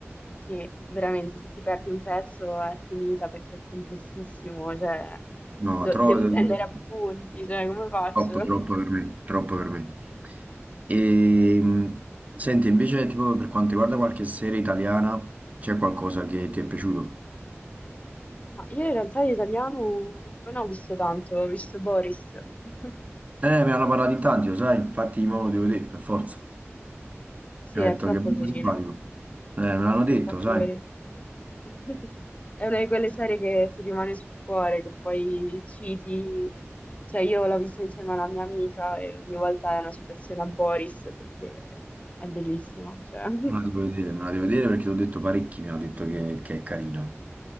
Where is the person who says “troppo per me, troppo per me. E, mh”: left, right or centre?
Right